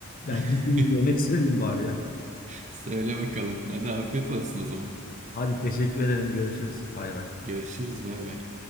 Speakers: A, on the left; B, on the right.
A: Ben
B: <laughs>
A: gideyim bir yemek söyleyeyim bari ya.
B: Söyle bakalım. Hadi afiyet olsun o zaman.
A: Hadi teşekkür ederim. Görüşürüz. Bay bay.
B: Görüşürüz. Bay bay.